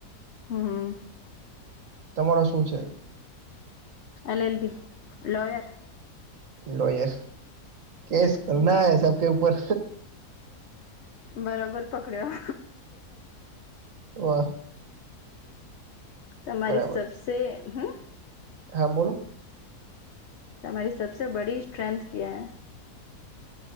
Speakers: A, on the left (about 55°); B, on the right (about 55°).
A: હમ્મ.
B: તમારો શું છે?
A: L L B lawyer.
B: Lawyer case કરના હૈ સબ કે ઉપર
A: બરોબર પકડ્યો
B: વાહ
A: તમારી
B: બરાબર
A: સબસે હમ્મ.
B: હા બોલો.
A: તમારી સબસે બડી સ્ટ્રેન્થ ક્યાં હે.